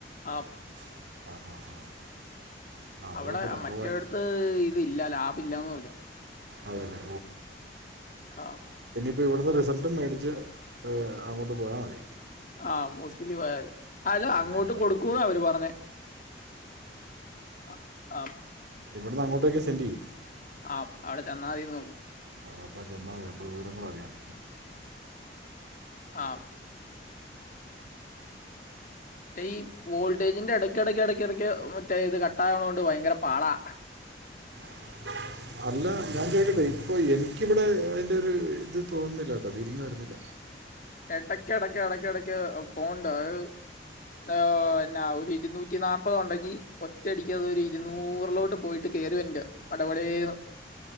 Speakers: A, on the left; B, on the right.
A: ആപ്പ്
B: <inaudible>
A: അവടെ
B: കുഴപ്പമില്ല
A: മറ്റെടത്ത്
B: അപ്പൊ വൈ
A: ഇത് ലാഭ ഇല്ലന്ന് പറഞ്ഞു
B: അതന്ന
A: ആ
B: അപ്പ ഇവിടന്ന് റിസൾട്ടും മേടിച്ച് അങ്ങോട്ട് പോയാ മതി
A: ആമുസ്ലി ലവിയാ മരി അലൊഅങ്ങോട്ട്
B: മതി
A: കൊടുക്കൂ വ അവര് പറഞ്ഞേ അ അം
B: ഇവിടന്ന് അങ്ങോട്ടൊക്ക് സെന്റ് ചെയ്യു
A: ആഅവിടെ ചെന്നാൽതിന്ന് പറഞ്ഞു
B: അപ്പ ചെന്നാൽ ചിലപ്പോൾ വിവരങ്ങൾ അറിയാം
A: ആ മറ്റേ ഈ വോൾട്ടേജിന്റെ ഇടയ് ഇടക്ക് ഇടക്ക് ഇടക്ക്ക്ക് മറ്റേ ഇത് കട്ട ആവണൊണ്ട് ഭയങ്കര പാടാ.
B: <inaudible> അല്ല ഞാൻ ചോയ്ക്കട്ടെ ഇപ്പൊ എനിക്കിവിടെ അയിന്റെ ഒരു ഇത് തോന്നുന്നില്ല ട്ടോ ഫീലിങ്ങ്വരുന്നില്ല
A: എടക്ക്‌ എടയ്ക്ക എടക്ക് എടക്ക് പോണ്ട് അ ന്ന ഔ എന്നാ ഒരു ഇരുന്നൂറ്റി നാല്പത് ഉണ്ടെങ്കി ഒറ്റയടിക്ക് അത് ഒരു ഇരുന്നൂറിലോട്ട് പോയിട്ട് കേറി വറന്റെ പട പാടെന്ന്